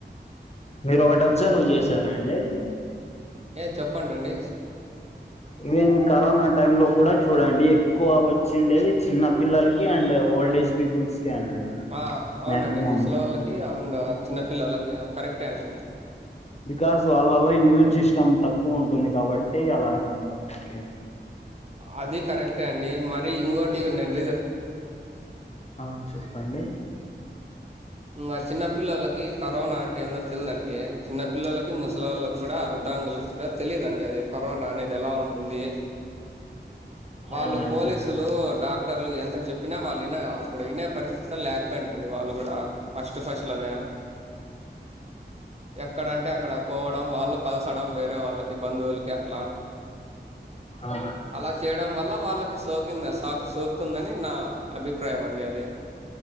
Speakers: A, on the left; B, on the right.
A: మీరు ఒకటి అబ్జర్వ్ చేసారాండి
B: చెప్పండండి
A: ఈవెన్ కరోనా టైమ్ లో కూడా చూడండి ఎక్కువ వచ్చిండేది చిన్న పిల్లలకి అండ్ ఓల్డ్ ఏజ్ పీపుల్స్ కే అండి
B: ఆ అవునండి
A: మాక్సిమం
B: ముసలోళ్ళకి అండ్ చిన్నపిల్లళ్ళకి కరెక్టే అండి
A: బికాస్ వాళ్ళలో ఇమ్యూన్ సిస్టమ్ తక్కువ ఉంటుంది కాబట్టి అలా అండి వాళ్ళకి
B: అది కరెక్టే అండి మరి ఇంకోటి నేన్
A: ఆ చెప్పండి
B: ఇంగ చిన్న పిల్లలకి కరోనా అంటే ఏందో తెలిదండి చిన్న పిల్లలకి ముసలిళ్ళకి కూడా అరుద్ వికలాంగులకు కూడా తెలిదుండి అది కరోనా అనేది ఎలా ఉంటుంది వాళ్ళు
A: అవునండి
B: పోలీసులు డాక్టర్లు ఎంత చెప్పినా వాళ్ళున్న అప్పుడు వినే పరిస్థితి లేకపోయిన రండి వాళ్ళు కూడా ఫస్ట్ ఫస్ట్ లోనే ఎక్కడంటే అక్కడ పోవడం వాళ్ళు కలసడం వేరే వాళ్ళకి బంధువులకి అట్లా
A: ఆ
B: అలా చేయడం వల్ల వాళ్ళకి సోకింద సోక్తుందని నా అభిప్రాయం అండి అది